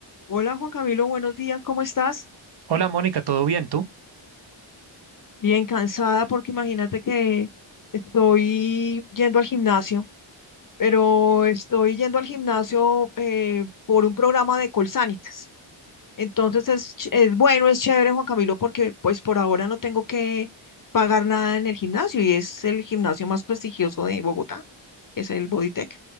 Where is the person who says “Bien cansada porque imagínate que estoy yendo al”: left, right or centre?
Left